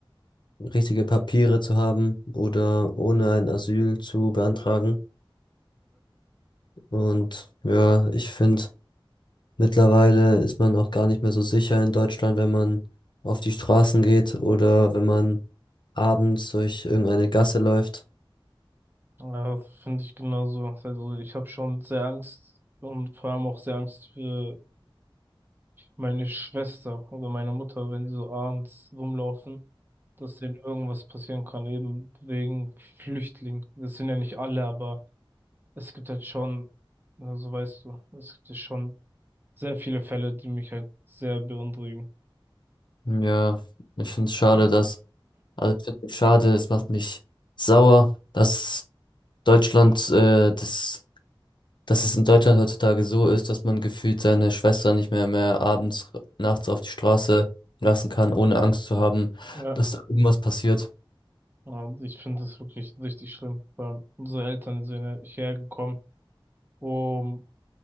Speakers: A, on the left; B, on the right.
A: richtige Papiere zu haben oder ohne ein Asyl zu beantragen. Und ja, ich finde, mittlerweile ist man auch gar nicht mehr so sicher in Deutschland, wenn man auf die Straßen geht oder wenn man abends durch irgendeine Gasse läuft.
B: Ja, finde ich genauso. Also ich habe schon sehr Angst und vor allem auch sehr Angst für meine Schwester oder meine Mutter, wenn die so abends rumlaufen, dass denen irgendwas passieren kann, eben wegen Flüchtlingen. Das sind ja nicht alle, aber es gibt halt schon, also weißt du, es gibt ja schon sehr viele Fälle, die mich halt sehr beunruhigen.
A: Ja, ich finde es schade, dass, also ich finde es schade, es macht mich sauer, dass Deutschland äh, das dass es in Deutschland heutzutage so ist, dass man gefühlt seine Schwester nicht mehr mehr abends, nachts auf die Straße lassen kann, ohne Angst zu haben,
B: Ja,
A: dass da irgendwas passiert.
B: und ich finde das wirklich richtig schlimm, weil unsere Eltern sind ja hierher gekommen, um